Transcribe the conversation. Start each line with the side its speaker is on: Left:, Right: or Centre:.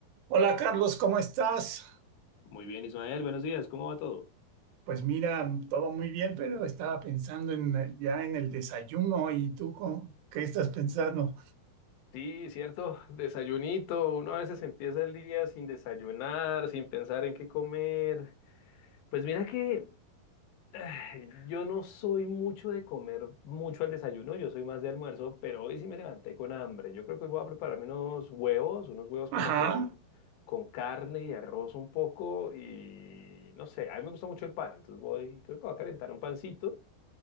Right: Hola Carlos, ¿cómo estás?
Left: Muy bien, Ismael, buenos días, ¿cómo va todo?
Right: Pues mira, todo muy bien, pero estaba pensando en eh, ya en el desayuno y tú cómo- qué estás pensando?
Left: Sí, cierto, desayunito, uno a veces empieza el día sin desayunar, sin pensar en qué comer. Pues mira que ay, yo no soy mucho de comer mucho al desayuno, yo soy más de almuerzo, pero hoy sí me levanté con hambre. Yo creo que voy a prepararme unos huevos, unos huevos como
Right: Ajá,
Left: con, con carne y arroz un poco y no sé, a mí me gusta mucho el pan, entonces voy, creo que voy a calentar un pancito